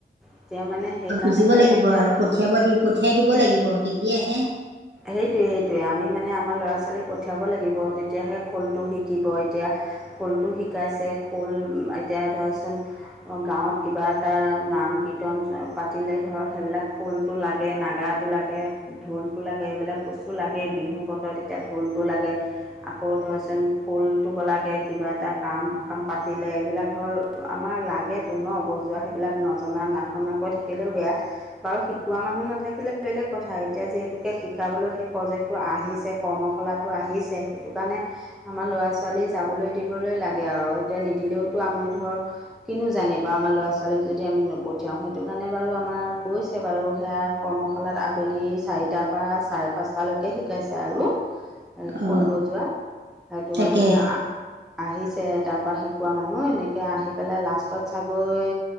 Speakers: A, in the centre; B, on the right (about 75°).
A: এতিয়া মানে, সেইকাৰণে
B: বুজিব
A: মানে
B: লাগিব
A: এতিয়া
B: আৰু
A: সেই
B: পঠিয়াব দি, পঠিয়াই দিব লাগিব, তেতিয়াহে!
A: সেইটোৱে, সেইটোৱে। আমি মানে, আমাৰ ল'ৰা- ছোৱালীক পঠিয়াব লাগিব। তেতিয়াাহে, খোলটো শিকিব এতিয়া। খোলটো শিকাইছে, খোল। এতিয়া, ধৰাচোন গাঁৱত কিবা এটা, নাম-কীৰ্তন পাতিলে ধৰ, সেইবিলাক, খোল খোলটো লাগে, নাগাৰাটো লাগে, ঢোল টো লাগে, এইবিলাক বস্তু লাগেই। বিহু বতৰত এতিয়া, ঢোলটো লাগে। আকৌ ধৰচোন, খোলটো লাগে, কিবা এটা কাম- সকাম পাতিলে, এইবিলাক ধৰ, আমাৰ লাগেটো ন'! বজোৱা সেইবিলাক, নজনা নাশুনাকৈ থাকিলেও বেয়া। বাৰু শিকোৱা মানুহ নাথাকিলে বেলেগ কথা। এতিয়া যিহেতু, শিকাবলৈ সেই প্ৰজেক্টটো আহিছে, কৰ্মশালাটো আহিছে, সেইটো কাৰণে, আমাৰ ল'ৰা-ছোৱালী যাবলৈ দিবলৈ, লাগে আৰু। এতিয়া, নিদিলেওঁতো আমি ধৰ, কিনো জানে বাৰু! আমাৰ ল'ৰা-ছোৱালীক যদি আমি নপঠিয়াওঁ। সেইটো কাৰণে বাৰু আমাৰ গৈছে বাৰু সেয়া। কৰ্মশালাত আবেলি, চাৰিটাৰ পৰা, চাৰে পাঁচটালৈকে শিকাইছে আৰু। এই,
B: অ
A: খোল বজোৱা। সেইটো
B: তাকে
A: মানে-মানে, আ আহিছে, তাৰপৰা শিকোৱা মানুহ। এনেকৈ, আহি পেলাই লাষ্টত চাগৈ,